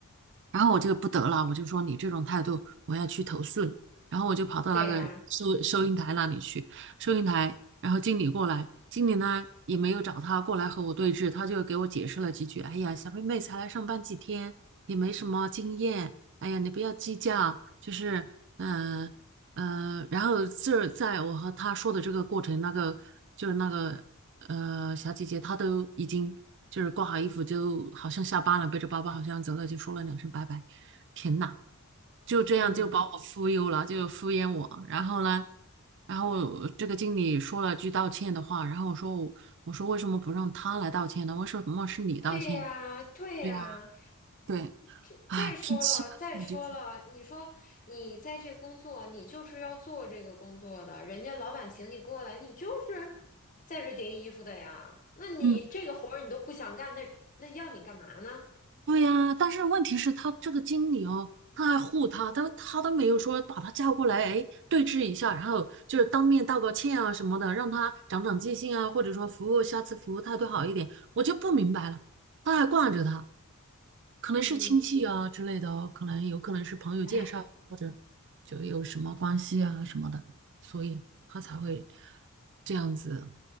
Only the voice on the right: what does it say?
然后我就不得了，我就说你这种态度，我要去投诉你。然后我就跑到那个收收银台那里去，
收银台，然后经理过来，经理呢也没有找他过来和我对峙，他就给我解释了几句。哎呀，小妹妹才来上班几天，也没什么经验，哎呀，你不要计较，就是嗯、呃嗯、呃然后这在我和他说的这个过程，那个就是那个呃小姐姐，她都已经就是挂好衣服，就好像下班了，背着包包好像走了，就说了两声拜拜。天呐，就这样就把我忽悠了，
就敷衍我。然后呢，然后这个经理说了句道歉的话，然后我说我我说为什么不让他来道歉呢？为什么是你道歉？
对呀，对，
哎，脾气吧，
感觉，
嗯。
对呀，但是问题是，他这个经理哦，他还护他，但是他都没有说把他叫过来，哎，对峙一下，然后就是当面道个歉啊什么的，让他长长记性啊，或者说服务下次服务态度好一点，我就不明白了，他还惯着他，可能是亲戚啊之类的哦，
可能有可能是朋友介绍，
或者就有什么关系啊什么的，所以他才会这样子